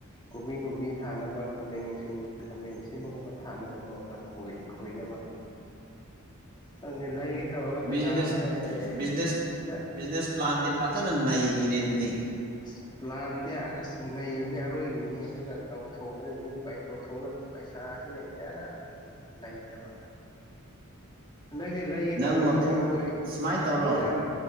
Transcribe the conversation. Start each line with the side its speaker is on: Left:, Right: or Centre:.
Left: ꯀꯣꯕꯤ ꯅꯨꯡꯕꯤ ꯊꯥꯅꯕ ꯈꯥꯃꯦꯟ ꯅꯨꯡꯁꯤꯠ ꯈꯥꯃꯦꯟ ꯑꯁꯤꯃꯒꯨꯝꯕ ꯊꯥꯅꯕꯀꯣꯔ ꯈꯣꯏ ꯈꯣꯏꯅꯕ ꯑꯗꯨꯅꯤ ꯂꯩꯉ ꯇꯧꯔꯒ
Right: ꯕꯤꯖꯤꯅꯦꯁ
Left: ꯄꯩꯁꯥꯁꯤꯅ ꯍꯦꯛ
Right: ꯕꯤꯖꯤꯅꯦꯁ
Left: ꯍꯛꯇ
Right: ꯕꯤꯖꯤꯅꯦꯁ ꯄ꯭ꯂꯥꯟꯗꯤ ꯐꯖꯅ ꯅꯩꯔꯤꯅꯦ ꯑꯗꯨꯗꯤ
Left: ꯑꯁ ꯂꯥꯟꯗꯦ ꯑꯁ ꯅꯩꯕꯅꯦ ꯑꯔꯣꯏꯕꯅꯤꯍ ꯑꯗꯨꯅ ꯇꯧꯊꯣꯛꯕꯗꯗꯤ ꯇꯧꯊꯣꯛꯅꯕꯗꯤ ꯄꯩꯁꯥꯁꯤꯅ ꯍꯦꯛꯇ ꯂꯩꯇꯕ ꯍꯟꯗꯛꯁꯤ ꯂꯩꯒ
Right: ꯅꯪ
Left: ꯇꯧꯔꯒ
Right: ꯃꯄꯨ
Left: ꯏꯌꯥꯝ ꯍꯣꯏ
Right: ꯁꯨꯃꯥꯏꯅ ꯇꯧꯔꯣ
Left: ꯌꯥꯝ